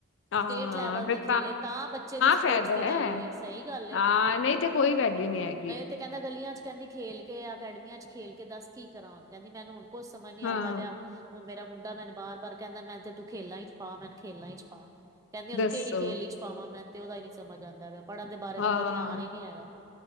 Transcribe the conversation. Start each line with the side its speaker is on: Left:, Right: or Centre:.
Left: ਹਾਂ
Right: ਸਟੇਟ ਲੈਵਲ
Left: ਫਿਰ
Right: ਤੇ ਖੇਲੇ ਤਾਂ ਬੱਚੇ ਦੀ ਸਪੋਰਟਸ
Left: ਫਾਇਦਾ
Right: ਦੀ
Left: ਹੈ
Right: ਵੈਲਿਊ ਏ ਸਈ ਗੱਲ ਏ,
Left: ਹਾਂ ਨਹੀਂ ਤੇ ਕੋਈ ਵੈਲਿਊ ਨਹੀਂ ਹੈਗੀ
Right: ਨਈ ਤੇ ਕੈਂਦਾ ਗਲੀਆਂ ਚ ਕੈਂਦੀ ਖੇਲ ਕੇ, ਅਕੈਡਮੀਆਂ ਚ ਖੇਲ ਕੇ ਦੱਸ ਕਿ ਕਰਾ ਹੁਨ ਕਹਿੰਦੀ ਮੈਨੂੰ ਹੁਨ ਕੁਛ ਸਮਝ ਨੀ
Left: ਹਾਂ
Right: ਆਂਦਾ ਪਿਆ। ਓ ਮੇਰਾ ਮੁੰਡਾ ਮੈਨੂੰ ਬਾਰ- ਬਾਰ ਕੈਂਦਾ ਮੈਂ ਤੇ ਤੂੰ ਖੇਲਾਂ ਚ ਪਾ, ਮੈਨੂੰ ਖੇਲਾਂ ਚ ਪਾ। ਕੈਂਦੀ ਹੁਣ
Left: ਦੱਸੋ
Right: ਕੇੜੀ ਖੇਲ ਇਚ ਪਾਵਾਂ ਮੈਂਨੂੰ ਤੇ ਓਦਾ ਈ ਨੀ ਸਮਝ ਆਂਦਾ ਪਿਆ। ਪੜ੍ਹਨ ਦੇ ਬਾਰੇ
Left: ਹਾਂ
Right: ਤਾਂ ਉਦਾ ਧਿਆਨ ਈ ਨੀ ਹੈਗਾ,